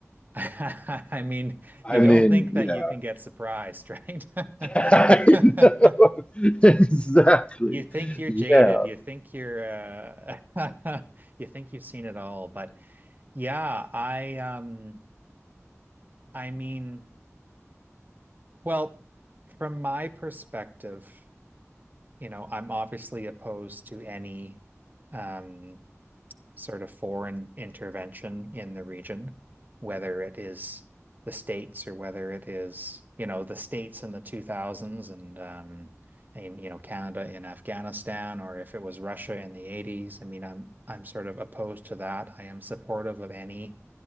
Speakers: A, on the right; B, on the left.
A: <laughs> I mean,
B: I
A: you don't
B: mean,
A: think
B: yeah.
A: that you can get surprised, right? <laughs>
B: <laughs> I
A: But
B: know. <laughs> Exactly.
A: <laughs> you think you're
B: Yeah.
A: jaded. You think you're uh, <laughs> you think you've seen it all. But yeah, I um I mean, well, from my perspective. you know, I'm obviously opposed to any um, sort of foreign intervention in the region, whether it is the states or whether it is, you know, the states in the 2000s and um, and you know, Canada in Afghanistan or if it was Russia in the 80s. I mean, I'm I'm sort of opposed to that. I am supportive of any